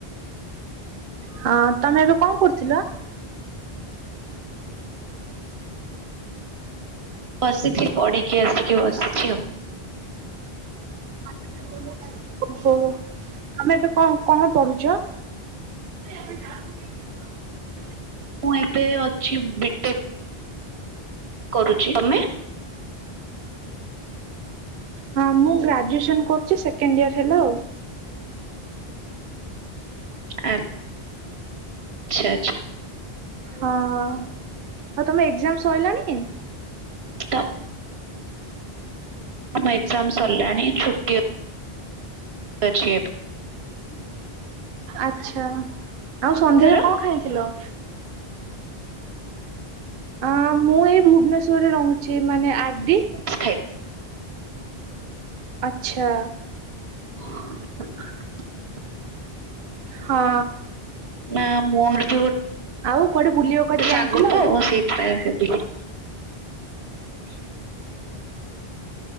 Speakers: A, on the right (about 65°); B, on the right (about 85°).
A: ହଁ ତମେ ଏବେ କଣ କରୁଥିଲ?
B: ବସିଚି ପଢ଼ିକି ଆସିକି ବସିଚି ଆଉ।
A: <inaudible> ଓହୋ ତମେ ଏବେ କଣ କଣ ପଢୁଚ? <inaudible>
B: ମୁଁ ଏବେ ଅଛି ବିଟେ କରୁଛି। ତମେ?
A: ହଁ ମୁଁ ଗ୍ରାଜୁଏସନ କରୁଚି। ସେକେଣ୍ଡ ଇୟର ହେଲା ଆଉ।
B: ଆ ଆଚ୍ଛା ଆଚ୍ଛା।
A: ହଁ ଆଉ ତମ ଏକ୍ଜାମ ସଇଲାଣି?
B: ତ ଆମ ଏକ୍ସାମ ସାରିଲାଣି। ଛୁଟି <unintelligible>
A: ଆଛା, ଆଉ ସନ୍ଧ୍ୟା
B: ତାର
A: ବେଳେ କଣ ଖାଇଥିଲ? ଅ ମୁଁ ଏଇ ଭୁବନେଶ୍ୱର ରହୁଚି। ମାନେ ଆରଡି
B: ଚିପ୍ସ
A: ଆଚ୍ଛା।
B: <inaudible>
A: ହଁ।
B: ନା ମୋର ବି ଗୋ
A: ଆଉ କୁଆଡେ ବୁଲିବାକୁ ଆଜି
B: ତ ସାଙ୍ଗ
A: ଯାଇଥିଲ?
B: ତ ମୁଁ ସେଇଥିପାଇଁ ଆସିଥିଲି। <inaudible>